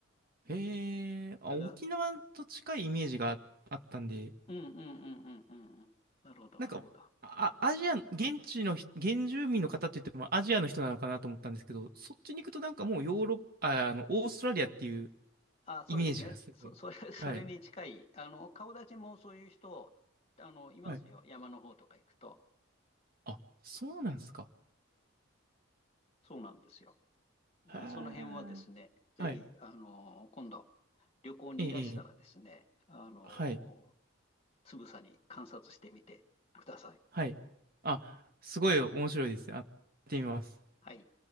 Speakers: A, on the right (about 50°); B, on the left (about 30°).
A: へえ、あ、
B: だから
A: 沖縄と近いイメージがああったんで、
B: うんうんうんうんうんうん。なるほど、
A: なんか、
B: なるほど。
A: あ、アジア、現地の人、現住民の方って言ってもアジアの人なのかなと思ったんですけど、そっちに行くとなんかもうヨーロッパ、あ、あの、オーストラリアっていう
B: あ、そうですね。
A: イメージがすごい。
B: そ、<laughs> それ、それに近い。
A: はい、
B: あの、顔立ちもそういう人、あの、いますよ。
A: はい。
B: 山の方とか行くと。
A: あ、そうなんですか。
B: そうなんですよ。だからその辺はですね、
A: へえ。
B: ぜひ、
A: はい
B: あの、今度、旅行にいらしたらですね、
A: ええ、ええ
B: あの、
A: はい、
B: つぶさに観察してみてください。
A: はい。あ、すごい面白いです。あの、やってみます。
B: はい。